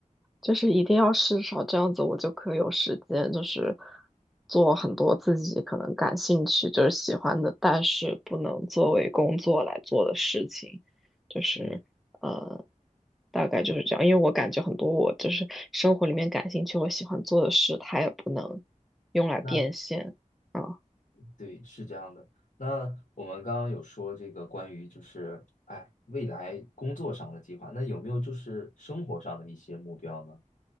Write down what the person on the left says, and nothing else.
嗯，
那对，是这样的。那我们刚刚有说这个关于就是哎未来工作上的计划，那有没有就是生活上的一些目标呢？